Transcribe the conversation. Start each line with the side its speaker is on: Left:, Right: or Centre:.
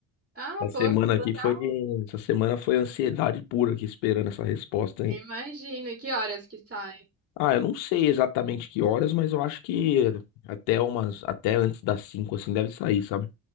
Right: Ah,
Left: Essa
Right: pô,
Left: semana
Right: que
Left: aqui
Right: legal.
Left: foi essa semana foi ansiedade pura aqui esperando essa resposta, hein?
Right: Imagino. E que horas que sai?
Left: Ah, eu não sei exatamente que horas, mas eu acho que até umas, até antes das 5 assim deve sair, sabe?